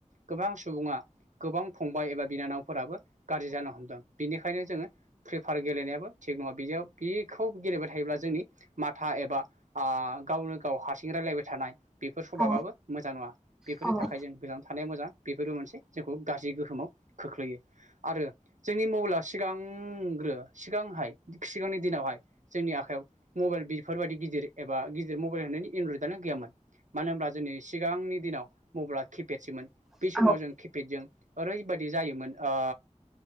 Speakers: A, on the right; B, in the centre.
A: गोबां सुबुङा गोबां फंबाय एबा बिनानावफोराबो गाज्रि जानो हमदों बेनिखायनो जोङो फ्रि फाइर गेलेनायाबो थिग नङा। बेखौ गेलेबाय थायोब्ला जोंनि माथा एबा गावनो गाव हारसिं रायलायबाय थानाय बेफोर सभाबाबो
B: औ
A: मोजां नङा, बेफोरनि
B: औ
A: थाखाय जों गोजानाव थानाया मोजां, बेफोरबो मोनसे जोंखौ गाज्रि गोहोमाव खोख्लैयो आरो जोंनि मबाइला सिगांग्रो सिगांहाय सिगांनि दिनावहाय जोंनि आखायाव मबाइल बेफोरबायदि गिदिर एबा गिदिर मबाइल होननायनि एनद्रइद आनो गैयामोन मानो होनब्ला जोंनि सिगांनि दिनाव मबाइला किपेडसोमोन बे
B: औ
A: समाव जों
B: औ
A: किपेडजों ओरै बायादि जायोमोन ओ